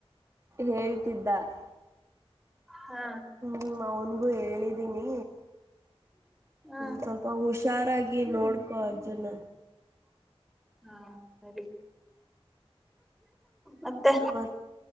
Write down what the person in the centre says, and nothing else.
ಹಾ
ಹಾ
ಹ್ಮ ಸರಿ ಮತ್ತೆ